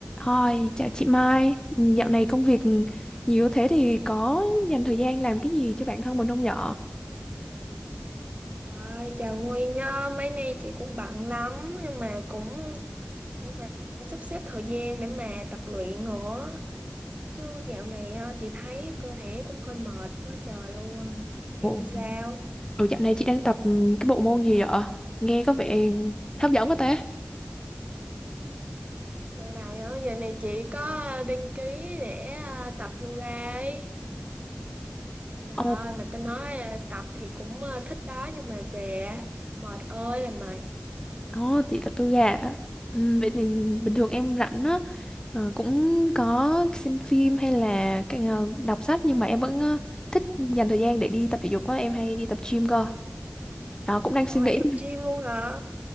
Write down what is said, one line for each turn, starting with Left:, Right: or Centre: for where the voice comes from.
Left: Hi, chào chị Mai. Ừ, Dạo này công việc nhiều thế thì có dành thời gian làm cái gì cho bản thân mình không vậy?
Right: Trời ơi, chào Nguyên nhá, mấy nay chị cũng bận lắm nhưng mà cũng cũng phải sắp xếp thời gian để mà tập luyện nữa. Chứ dạo này ờ, chị thấy cơ thể cũng hơi mệt quá trời luôn. Em
Left: Ồ,
Right: thì sao?
Left: Ừ, dạo này chị đang tập ừ, cái bộ môn gì vậy? Nghe có vẻ hấp dẫn quá ta.
Right: Giờ này ờ, giờ này chị có ờ, đăng ký để ờ, tập yoga ấy. Trời
Left: Ồ,
Right: ơi, mà tao nói ờ, tập thì cũng ờ, thích đó nhưng mà về á, mệt ơi là mệt.
Left: ồ, chị tập yoga. ạ. Ừ, vậy thì bình thường em rảnh á, ờ, cũng có xem phim hay là cái, ờ, đọc sách nhưng mà em vẫn ờ, thích dành thời gian để đi tập thể dục á, em hay đi tập gym cơ. Đó, cũng đang
Right: Ờ,
Left: suy
Right: em
Left: nghĩ.
Right: tập gym luôn hả?